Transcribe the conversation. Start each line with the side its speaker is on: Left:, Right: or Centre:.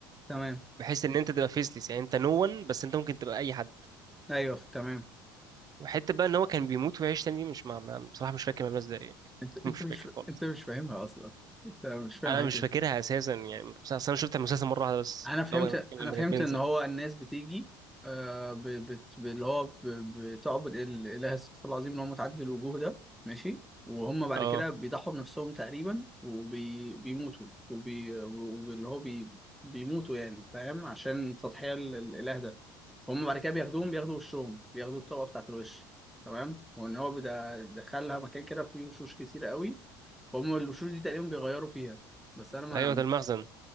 Centre: تمام
Right: بحيث إن أنت تبقى فيسلس يعني أنت نو ون بس أنت ممكن تبقى أي حد
Centre: ايوه تمام
Right: وحتة بقى إن هو كان بيموت ويعيش تاني دي مش مع... مع... بصراحة مش فاكر مبنى إزاي يعني
Centre: انت
Right: <laughs> مش
Centre: انت
Right: فاكر
Centre: مش
Right: خالص
Centre: انت مش فاهمها اصلا انت مش فاهم
Right: انا
Centre: الحته
Right: مش فاكرها
Centre: دي
Right: اساسا يعني بس أصل انا شفت المسلسل مره واحده بس
Centre: انا فهمت
Right: اللي هو لما كان
Centre: انا فهمت
Right: بينزل
Centre: ان هو الناس بتيجي آه ب... بت... ب... اللي هو ب... بتعبد الاله استغفر الله العظيم اللي هو متعدد الوجوه ده ماشي وهم بعد
Right: اه
Centre: كده بيضحوا بنفسهم تقريبا وبيموتوا وبي... وبي... واللي هو بي... بيموتوا يعني فاهم عشان تضحية ال- الاله ده هم بعد كده بياخدوهم بياخدوا وشهم بياخدوا الطبقه بتاعت الوش تمام وان هو بدا- دخلها مكان كده فيه وشوش كتير قوي فهم الوشوش دي تقريبا بيغيروا فيها بس انا
Right: ايوه
Centre: ما
Right: ده المخزن